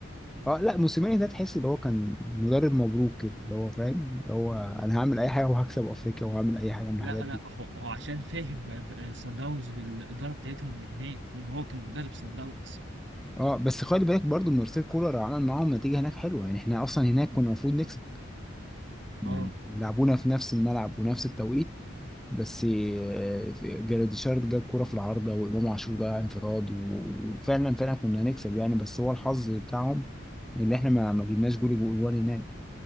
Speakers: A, in the centre; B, on the right.
A: آه، لا موسيماني ده تحس ان هو كان مدرب مبروك كده اللي هو فاهم اللي هو انا هعمل اي حاجه وهكسب افريقيا وهعمل اي حاجه من
B: لا
A: الحاجات دي
B: لا هو هو عشان فاهم سان داونز والاداره بتاعتهم اللي هناك ان هو كان مدرب سان داونز
A: اه بس خلي بالك برضو مارسيل كولر عمل معاهم نتيجه هناك حلوه يعني احنا اصلا هناك كنا المفروض نكسب يعني
B: اه
A: لعبونا في نفس الملعب ونفس التوقيت بس آه، جراديشار جاب كوره في العارضه وامام عاشور ضيع انفراد و- وفعلا فعلا كنا هنكسب يعني بس هو الحظ بتاعهم اللي احنا ما ما جبناش جول جول هناك